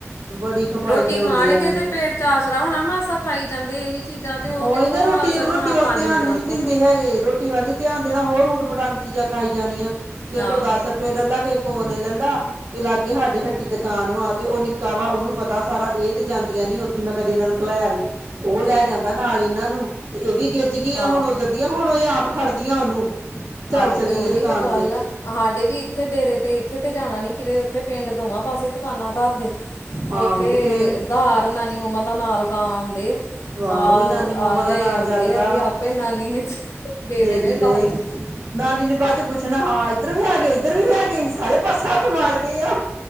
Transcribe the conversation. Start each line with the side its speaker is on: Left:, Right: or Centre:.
Right: ਬੜੀ ਖਪਾਈ
Left: ਰੋਟੀ
Right: ਕਰਾਉਂਦੇ
Left: ਖਾਣਗੇ
Right: ਆ ਇਹ
Left: ਤੇ ਪੇਟ ਚ ਆਸਰਾ ਹੋਣਾ ਮਾਸਾ ਖਾਈ ਜਾਂਦੇ ਇਹੀ। ਚੀਜ਼ਾਂ ਤੇ ਉਹ
Right: ਉਹਹੀ
Left: ਕਿੱਥੋਂ
Right: ਤੇ ਰੋਟੀ
Left: ਅਸਰ
Right: ਰੋਟੀ
Left: ਹੋਣਾ
Right: ਵੱਲ
Left: ਪੰਜ
Right: ਧਿਆਨ
Left: ਮਿੰਟ
Right: ਨੀ
Left: ਬਾਅਦ
Right: ਨੀ ਦਿੰਦੇ
Left: ਭੁੱਖ ਲੱਗ
Right: ਹੈਗੇ ਰੋਟੀ ਵਾਲੀ ਧਿਆਨ ਦੇਣਾ ਹੋਰ ਊਟ ਪਟਾਂਗ ਚੀਜ਼ਾਂ ਖਾਈ ਜਾਣੀਆਂ ਤੇ
Left: ਆਹੋ
Right: ਕੋੋ ਦਸ ਫੇਰ ਲਲਾ ਕੇ ਕੋ ਲਲਾ ਤੇ ਲਾਗੇ ਸਾਡੇ ਹੱਟੀ ਦੁਕਾਨ ਵਾ ਤੇ ਉਹ ਨਿੱਕਾ ਵਾ ਉਹਨੂੰ ਪਤਾ ਸਾਰਾ ਇਹ ਤੇ ਜਾਂਦੀਆਂ ਨੀ ਉੱਥੇ ਮੈਂ ਕਦੇ ਇਹਨਾਂ ਨੂੰ ਕਿਲਾਇਆ ਨੀ ਉਹ ਲੈ ਜਾਂਦੀ। ਨਾਲ ਇਹਨਾਂ ਨੂੰ ਤੇ ਇਹ ਵੀ ਗਿੱਝ ਗਈਆਂ
Left: ਆਹ
Right: ਹੁਣ ਉਦਣ ਦੀਆਂ ਹੁਣ ਇਹ ਆਪ ਖੜਦੀਆਂ ਉਹਨੂੰ ਚੱਲ
Left: ਆਹੋ
Right: ਚੱਲੀਏ
Left: ਤੇ ਉਹੀ
Right: ਦੁਕਾਨ
Left: ਤੇ ਗੱਲ ਆ। ਹਾਡੇ ਵੀ ਇੱਥੇ ਡੇਰੇ ਤੇ ਇੱਥੇ ਤੇ ਜਾਣਾ ਨੀ ਕਿਤੇ ਉੱਥੇ ਪਿੰਡ ਦੋਵਾਂ ਪਾਸੇ ਦੁਕਾਨਾਂ ਘਰ ਦੇ।
Right: ਆਹੋ
Left: ਉੱਥੇ
Right: ਤੇ ਫੇਰ
Left: ਧਾਰ ਨਾਨੀ ਮੰਮਾ ਦਾ ਨਾਂਅ ਆਂਦੇ ਆ।
Right: ਆਹੋ
Left: ਆਹ
Right: ਹੀ ਨਾਨੀ ਮੰਮਾ
Left: ਆ ਲਏ
Right: ਦਾ ਨਾਂ
Left: ਆਉਂਦੇ
Right: ਚੱਲਦਾ
Left: ਆ ਵੀ
Right: ਵਾ
Left: ਆਪੇ ਨਾਨੀ ਨੇ ਦੇ
Right: ਦੇਦੀ
Left: ਦੇਣੇ
Right: ਰਹੇਗੀ
Left: ਬਾਅਦ ਚ।
Right: ਨਾਨੀ ਨੂੰ ਬਾਅਦ ਚ ਪੁੱਛਣਾ ਹਾਂ ਇੱਧਰ ਵੀ ਹੈ ਗਏ, ਇੱਧਰ ਵੀ ਹੈ ਗਏ ਸਾਰੇ ਪਾਸੇ ਹੱਥ ਮਾਰ ਗਏ ਆ।